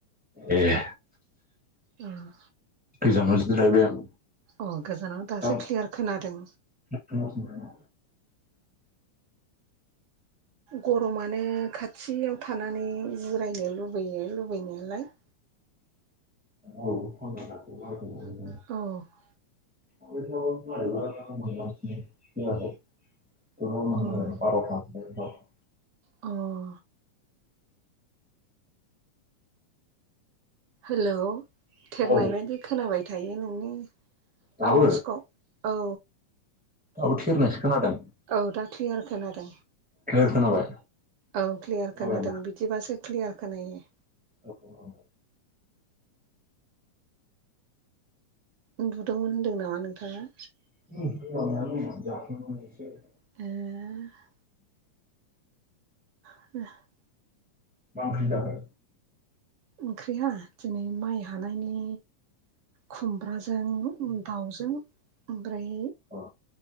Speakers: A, in the centre; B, on the right (about 70°).
A: एह
B: ओम
A: गोजानाव जिरायबाय आं
B: ओ गोजानाव दासो
A: दा
B: क्लियार खोनादों
A: खोनासंदों ना?
B: गरमानो खाथिआव थानानै जिरायनो लुबैयो लुबैनायालाय
A: औ फन्द <inaudible>
B: औ
A: <inaudible>
B: अह।
A: <inaudible>
B: अह। हेलौ थेरनाय
A: औ
B: बादि खोनाबाय थायो नोंनि
A: दाबो
B: आवाजखौ। ओ।
A: दाबो थेरनायसो खोनादों?
B: औ दा क्लियार खोनादों
A: क्लियार खोनाबाय
B: औ क्लियार
A: जाबायना
B: खोनादों बि बिदिबासो क्लियार खोनायो।
A: औ औ औ।
B: उन्दुदोंमोन होन्दों नामा नोंथाङा?
A: <inaudible>
B: <inaudible> <inaudible>
A: मा ओंख्रि जाखो?
B: ओंख्रिया दिनै माइ हानायनि खुमब्राजों दाउजों ओमफ्राय
A: औ